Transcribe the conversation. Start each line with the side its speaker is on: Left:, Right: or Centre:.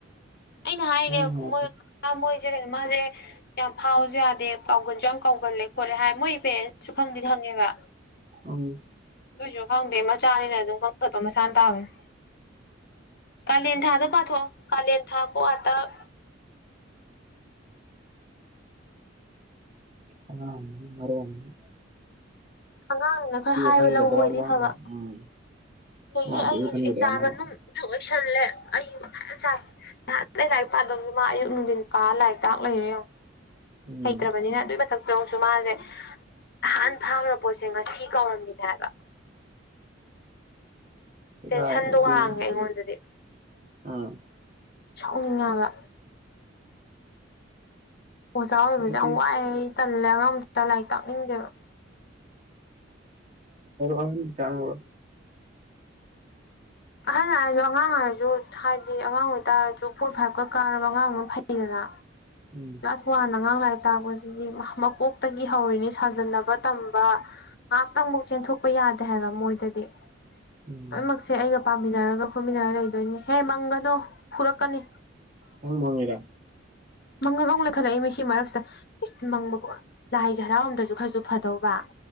Left: ꯑꯩꯅ ꯍꯥꯏꯔꯤꯅꯦ
Right: ꯅꯪꯅ ꯍꯥꯟꯅ
Left: ꯃꯣꯏ
Right: ꯇꯧ
Left: ꯃꯣꯏꯁꯦ ꯀꯣ ꯃꯥꯁꯦ ꯌꯥꯝ ꯐꯥꯎꯁꯨ ꯌꯥꯗꯦ ꯀꯥꯎꯒꯟꯁꯨ ꯌꯥꯝ ꯀꯥꯎꯒꯜꯂꯦ ꯈꯣꯠꯂꯦ ꯍꯥꯏ ꯃꯣꯏ ꯄꯦꯔꯦꯟꯁꯁꯨ ꯈꯪꯗꯤ ꯈꯪꯉꯦꯕ
Right: ꯑꯝ
Left: ꯅꯨꯏꯁꯨ ꯈꯪꯗꯦ ꯃꯆꯥꯅꯤꯅ ꯑꯗꯨꯝ ꯀꯟꯈꯠꯄ ꯃꯁꯥꯅ ꯇꯥꯕꯅꯦ ꯀꯥꯂꯦꯟ ꯊꯥꯗ ꯄꯥꯊꯣꯛꯑꯣ ꯀꯥꯂꯦꯟ ꯊꯥꯀꯣ ꯇꯛ
Right: ꯑ ꯃꯔꯑꯣꯅꯦ
Left: ꯑꯉꯥꯡꯅꯤꯅ ꯈꯔ ꯍꯥꯏꯕ
Right: ꯈꯟꯒꯗ꯭ꯔꯥ
Left: ꯂꯧꯕ ꯑꯣꯏꯗꯤ
Right: ꯅꯪꯅ
Left: ꯐꯕ
Right: ꯎꯝ
Left: ꯑꯗꯒꯤ
Right: ꯑꯉꯥꯡꯗꯨꯒꯤꯕꯨ
Left: ꯑꯩ
Right: ꯈꯟꯒꯗ꯭ꯔꯥ
Left: ꯑꯦꯛꯖꯥꯝ
Right: ꯅꯪ
Left: ꯃꯅꯨꯡꯁꯨ ꯑꯣꯏꯁꯜꯂꯦ ꯑꯩ ꯋꯥꯥꯏ ꯌꯥꯝ ꯆꯥꯏ ꯅꯍꯥꯟ ꯑꯩꯩ ꯂꯥꯏꯔꯤꯛ ꯄꯥꯗꯕꯁꯨ ꯃꯥ ꯑꯌꯨꯛ ꯅꯨꯡꯊꯤꯟ ꯄꯥ ꯂꯥꯏꯔꯤꯛꯇꯥꯛ ꯔꯦꯌꯦꯉꯣ
Right: ꯎꯝ
Left: ꯍꯩ ꯇ꯭ꯔꯕꯅꯤ ꯅ ꯑꯗꯨ ꯊ ꯆꯣꯡꯁꯨ ꯃꯥꯁꯦ ꯅꯍꯥꯟ ꯐꯥꯈ꯭ꯔꯕ ꯄꯣꯠꯁꯦ ꯉꯁꯤ ꯀꯥꯎꯔꯝꯃꯤꯅꯦ ꯍꯥꯏꯕ
Right: ꯁꯦꯒꯥꯏ
Left: ꯇꯦꯟꯁꯟꯗꯣ
Right: ꯑꯗꯨ
Left: ꯋꯥꯡꯉꯦ ꯑꯩꯉꯣꯟꯗꯗꯤ
Right: ꯑꯥ
Left: ꯁꯥꯎꯅꯤꯡꯉꯦ꯫ ꯍꯥꯏꯕ ꯑꯣꯖꯥ ꯑꯣꯏꯕꯁꯨ
Right: ꯍꯧꯖꯤꯛꯇꯤ
Left: ꯌꯥꯝ ꯋꯥꯏꯑꯦ ꯑꯩ ꯇꯜꯂꯦ ꯑꯅꯥꯡ ꯃꯆꯥ ꯂꯥꯏꯔꯤꯛ ꯇꯥꯛꯅꯤꯡꯗꯦꯕ
Right: ꯑꯥꯍꯟꯗꯤ ꯇꯥꯡꯕꯔꯑꯣ
Left: ꯑꯍꯟ ꯍꯥꯏꯔꯁꯨ ꯑꯉꯥꯡ ꯍꯥꯏꯔꯁꯨ ꯍꯥꯏꯗꯤ ꯑꯉꯥꯡ ꯑꯣꯏꯇꯥꯔꯁꯨ ꯐꯣꯔ ꯐꯥꯏꯚꯀ ꯀꯥꯔꯕ ꯑꯉꯥꯡ ꯑꯃ ꯐꯩꯗꯅ
Right: ꯎꯝ
Left: ꯀ꯭ꯂꯥꯁ ꯋꯥꯟ ꯑꯉꯥꯡ ꯂꯥꯏꯔꯤꯛ ꯇꯥꯛꯄꯁꯤꯗꯤ ꯃꯀꯣꯛꯇꯒꯤ ꯍꯧꯔꯤꯅꯤ ꯁꯥꯖꯟꯅꯕ ꯇꯝꯕ ꯉꯥꯏꯍꯥꯛꯇꯪ ꯑꯃꯨꯛ ꯆꯦꯟꯊꯣꯛꯄ ꯌꯥꯗꯦ ꯍꯥꯏꯕ ꯃꯣꯏꯗꯗꯤ
Right: ꯎꯝ
Left: ꯂꯣꯏꯅꯃꯛꯁꯦ ꯑꯩꯒ ꯄꯥꯃꯤꯟꯅꯔꯒ ꯈꯣꯠꯃꯤꯟꯅꯔꯒ ꯂꯩꯗꯣꯏ ꯅꯤ ꯍꯦ ꯃꯪꯒꯗꯣ ꯐꯨꯔꯛꯀꯅꯤ
Right: ꯃꯃꯤꯔ
Left: ꯃꯪꯒꯒꯧꯅꯛ ꯈꯜꯂꯛꯏ ꯃꯤꯁꯤ ꯃꯔꯛꯁꯤꯗ ꯏꯁ ꯃꯪꯗꯀꯣ ꯂꯥꯏꯁꯦ ꯍꯔꯥꯎꯔꯝꯗꯔꯁꯨ ꯈꯔꯁꯨ ꯐꯗꯧꯕ